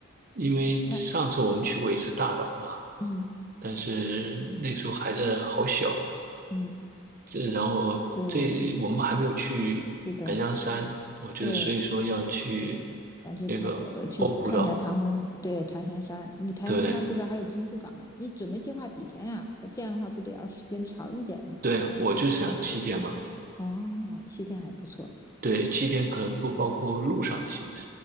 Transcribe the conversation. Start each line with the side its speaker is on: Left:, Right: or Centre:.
Right: 因为上次我们去过一次大岛嘛，
Left: 那嗯
Right: 但是那时候孩子好小，
Left: 嗯，
Right: 这然后这我们还没有去南洋山，
Left: 对，是是的，
Right: 我觉得所以说要去
Left: 对，想去檀呃去看一下唐婚，
Right: 那个欧胡岛。
Left: 对，檀香山。你檀香山不是还有珍珠港吗？
Right: 对
Left: 你准备计划几天呀、那这样的话不得要时间长一点吗？
Right: 对，我就想七天嘛，
Left: 哦，七天还不错。
Right: 对，七天可能不包括路上的行程。